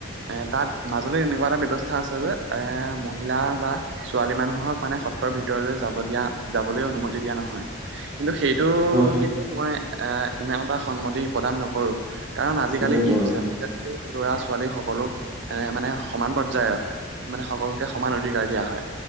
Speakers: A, on the right; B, on the right.
A: এ, তাত মাজ আচলতে এনেকুৱা এটা ব্যৱস্থা আছে যে, এ, মহিলা বা ছোৱালী মানুহক মানে সত্ৰৰ ভিতৰলৈ যাব দিয়া, যাবলৈ অনুমতি দিয়া নহয়। কিন্তু সেইটো
B: হয় হয়
A: কিন্তু, মই এ, ইমান এটা সন্মতি প্ৰদান নকৰোঁ। কাৰণ আজিকালি
B: নকৰো
A: কি হৈছে,
B: হয়
A: আজিকালি ল'ৰা ছোৱালী সকলো এ, মানে সমান পৰ্যায়ৰ। মানে সকলোকে সমান অধিকাৰ দিয়া হয়,